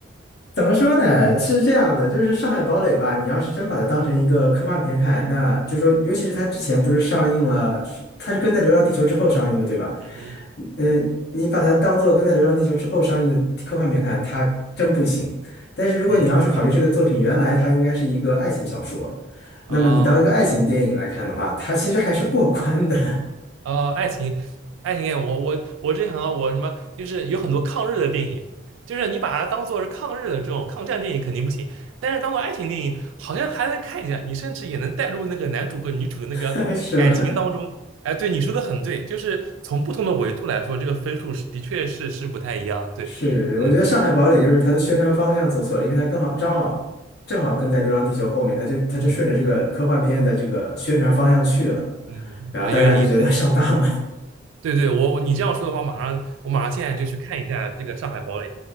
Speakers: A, on the left; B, on the right.
A: 怎么说呢？是这样的，就是《上海堡垒》吧，你要是真把它当成一个科幻片看，那就说，
B: 嗯
A: 尤其是它之前不是上映了，是它是跟在《流浪地球》之后上映的，对吧？
B: 嗯
A: 嗯，呃你把它当做跟在《流浪地球》之后上映的科幻片看，它真不行。但是如果你要是考虑这个作品原来它应该是一个爱情小说，
B: 嗯嗯，
A: 那么你当一个爱情电影来看的话，
B: 哦。
A: 它其实还是过关的，
B: 呃，爱情，爱情电影，我我我之前想到我什么，就是有很多抗日的电影，就是你把它当做是抗日的这种抗战电影肯定不行，但是当做爱情电影好像还能看一下，你甚至也能带入那个男主和女主的那个感情当中。
A: <laughs> 是吧？
B: 哎，对，你说的很对，就是从不同的维度来说，这个分数是的确是是不太一样。对，
A: 是，
B: 嗯
A: 我觉得《上海堡垒》就是它的宣传方向做错了，因为它刚好正好正好跟在《流浪地球》后面，它就它就顺着这个科幻片的这个宣传方向去了，
B: 嗯嗯，嗯呃，
A: 然后大家就觉得
B: 有点意思。
A: <laughs> 上当了。
B: 对对，我我你这样说的话，马上我马上现在就去看一下这个《上海堡垒》。